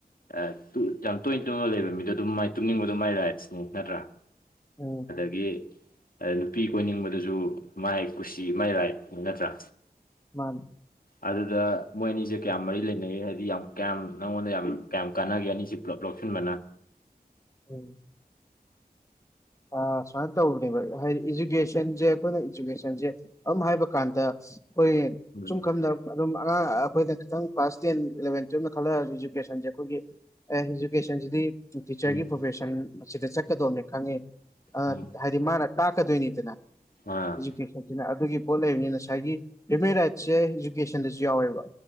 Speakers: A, on the left (about 60°); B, on the left (about 20°).
A: ꯑꯦ ꯌꯥꯝ ꯇꯣꯏꯅ ꯇꯨꯝꯃ ꯂꯩꯕ ꯃꯤꯗꯣ ꯑꯗꯨꯝ ꯃꯥꯏ ꯇꯨꯝꯅꯤꯡꯕꯗꯣ ꯃꯥꯏ ꯔꯥꯏꯠꯁꯅꯤ ꯅꯠꯇ꯭ꯔꯥ
B: ꯎꯝ
A: ꯑꯗꯒꯤ ꯅꯨꯄꯤ ꯀꯣꯏꯅꯤꯡꯕꯗꯨꯁꯨ ꯃꯥꯏ ꯀꯨꯁꯤ ꯃꯥꯏ ꯔꯥꯏꯠꯅꯤ ꯅꯠꯇ꯭ꯔꯥ
B: ꯃꯥꯅꯤ
A: ꯑꯗꯨꯗ ꯃꯣꯏ ꯑꯅꯤꯁꯦ ꯀ꯭ꯌꯥꯝ ꯃꯔꯤ ꯂꯩꯅꯩ ꯍꯥꯏꯗꯤ ꯌꯥꯝ ꯀꯌꯥꯝ ꯅꯪꯉꯣꯟꯗ ꯌꯥꯝ ꯀ꯭ꯌꯥꯝ ꯀꯥꯟꯅꯒꯦ ꯑꯅꯤꯁꯤ ꯄꯨꯂꯞ ꯂꯧꯁꯤꯟꯕꯅ
B: ꯎꯝ ꯑꯥ ꯁꯨꯃꯥꯏꯟ ꯇꯧꯕꯅꯦꯕ ꯍꯥꯏꯗꯤ ꯏꯖꯨꯀꯦꯁꯟꯖ‌ꯦ ꯑꯈꯣꯏꯅ ꯏꯖꯨꯀꯦꯁꯟꯖ‌ꯦ ꯑꯝ ꯍꯥꯏꯕ ꯀꯥꯟꯗ ꯍꯣꯏ ꯌ‌ꯦꯟ
A: ꯎꯝ
B: ꯁꯨꯝ ꯈꯟꯗꯝ ꯑꯗꯨꯝ ꯑꯉꯥꯡ ꯑꯈꯣꯏꯅ ꯈꯤꯇꯪ ꯀ꯭ꯂꯥꯁ ꯇꯦꯟ ꯏꯂꯚꯦꯟ ꯇꯨꯋꯦꯞꯅ ꯈꯜꯂ ꯑꯥꯖꯨ ꯏꯖꯨꯀꯦꯁꯟꯖ‌ꯦ ꯈꯣꯏꯒꯤ ꯑꯦ ꯏꯖꯨꯀꯦꯁꯟꯁꯤꯗꯤ ꯇꯤ ꯇꯤꯆꯔꯒꯤ
A: ꯎꯝ
B: ꯄ꯭ꯔꯣꯐꯦꯁꯟ ꯑꯁꯤꯗ ꯆꯠꯀꯗꯧꯅ‌ꯦ ꯈꯪꯉꯦ ꯑꯥ
A: ꯎꯝ
B: ꯍꯥꯏꯗꯤ ꯃꯥꯅ ꯇꯥꯛꯀ ꯗꯣꯏꯅꯤꯗꯅ
A: ꯑꯥ
B: ꯏꯖꯨꯀꯦ ꯆꯠꯖꯤꯅꯥ ꯑꯗꯨꯒꯤ ꯄꯣꯠ ꯂ‌ꯌꯝꯅꯤ ꯉꯁꯥꯏꯒꯤ ꯍ꯭ꯌꯨꯃꯦꯟ ꯔꯥꯏꯠꯁꯦ ꯏꯖꯨꯀꯦꯁꯟꯗꯁꯨ ꯌꯥꯎꯋꯦꯕ